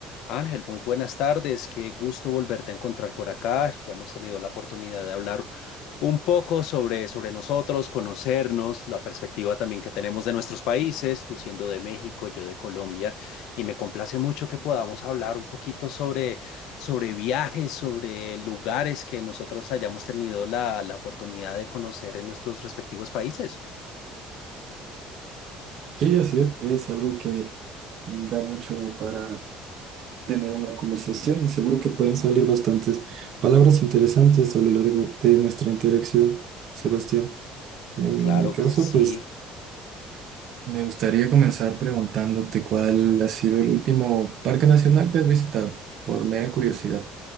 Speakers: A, on the left; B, on the right.
A: Ángel, muy buenas tardes. Qué gusto volverte a encontrar por acá. Ya hemos tenido la oportunidad de hablar un poco sobre, sobre nosotros, conocernos, la perspectiva también que tenemos de nuestros países, tú siendo de México, yo de Colombia, y me complace mucho que podamos hablar un poquito sobre, sobre viajes, sobre lugares que nosotros hayamos tenido la, la oportunidad de conocer en nuestros respectivos países.
B: Sí, así es, es algo que da mucho para tener una conversación y seguro que pueden salir bastantes palabras interesantes a lo largo de nuestra interacción, Sebastián. En
A: Claro
B: mi caso,
A: que sí.
B: pues me gustaría comenzar preguntándote cuál ha sido el último parque nacional que has visitado, por mera curiosidad.